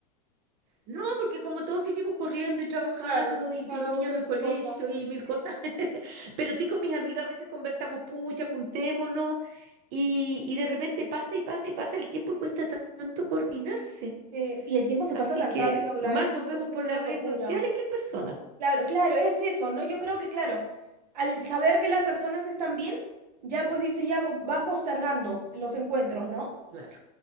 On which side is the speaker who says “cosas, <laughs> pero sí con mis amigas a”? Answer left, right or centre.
Right